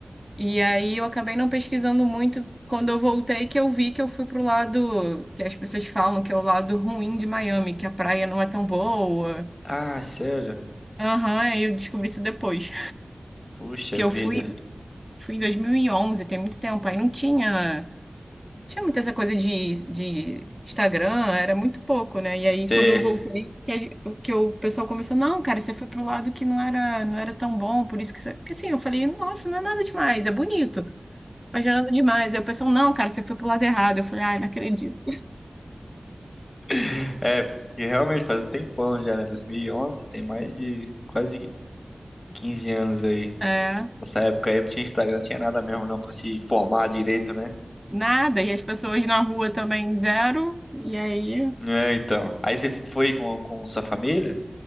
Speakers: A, in the centre; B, on the left.
A: E aí eu acabei não pesquisando muito quando eu voltei, que eu vi que eu fui pro lado que as pessoas falam que é o lado ruim de Miami, que a praia não é tão boa.
B: Ah, sério?
A: Aham, aí eu descobri isso depois.
B: Puxa
A: Porque
B: vida.
A: eu fui, fui em 2011, tem muito tempo. Aí não tinha, tinha muita essa coisa de, de Instagram, era muito pouco, né? E aí
B: Você-
A: quando eu voltei, que, a gen- que o pessoal começou, não, cara, você foi pro lado que não era, não era tão bom, por isso que você... Porque assim, eu falei, nossa, não é nada demais, é bonito, mas não é nada demais. Aí o pessoal, não, cara, você foi pro lado errado. Eu falei, ai, não acredito.
B: <laughs> É, porque realmente faz um tempão já, né? 2011, tem mais de quase 15 anos aí.
A: É,
B: Nessa época aí não tinha Instagram, não tinha nada mesmo não pra se informar direito, né?
A: nada. E as pessoas na rua também, zero. E aí
B: É, então. Aí você foi com, com sua família?